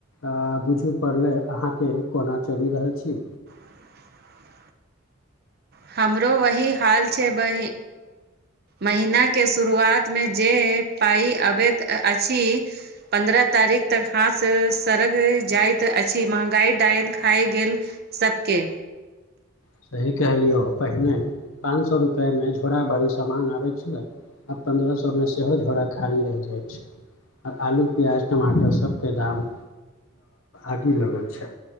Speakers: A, on the left (about 80°); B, on the right (about 50°).
A: आ बुझू पड़लै अहाँके कोना चलि रहल छी
B: <inaudible> हमरो वही हाल छै बहि महिना के शुरुआत मे जे पाई अबैत अछि पन्द्रह तारीख तक हाथ सड़ग जाइत अछि महगाई डाायन खाए गेल सभके
A: सही कहलियौ पहिने पाँच सए रुपैआमे झोरा भरी सामान आबैत छलै आब पन्द्रह सएमे सेहो झोड़ा खाली रहि जाइत छै आलू प्याज टमाटर सभके दाम आगे लगल छै